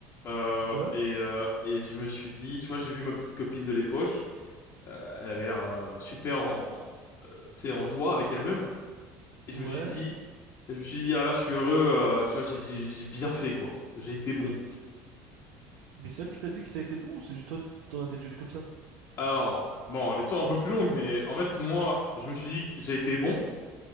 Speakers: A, on the left; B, on the right.
A: euh,
B: ouais,
A: et euh, et je me suis dit, tu vois, j'ai vu ma petite copine de l'époque, euh, elle avait l'air euh, super en, en- euh, tu sais, en joie avec elle-même et je
B: ouais.
A: me suis dit, et je me suis dit ah là, je suis heureux, euh, tu vois, j'ai j'ai j'ai bien fait quoi, j'ai été bon.
B: Mais c'est elle qui t'a dit que t'as été bon, ou c'est juste toi, t'en as déduit comme ça?
A: Alors bon, l'histoire est un peu plus longue, mais en fait moi, je me suis dit que j'ai été bon.